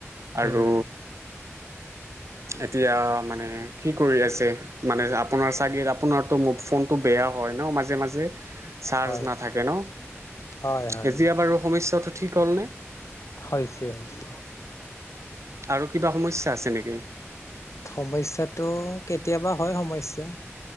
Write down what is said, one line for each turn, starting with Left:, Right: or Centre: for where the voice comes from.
Right: আৰু
Left: উম
Right: এতিয়া মানে কি কৰি আছে মানে আপোনাৰ চাগে আপোনাৰতো ম ফোনটো বেয়া হয় ন মাজে-মাজে। চাৰ্জ
Left: হয়
Right: নাথাকে ন।
Left: হয় হয়
Right: এতিয়া বাৰু সমস্যাটো ঠিক হ'লনে?
Left: হৈছে হৈছে
Right: আৰু কিবা সমস্যা আছে নেকি?
Left: সমস্যাটো কেতিয়াবা হয় সমস্যা।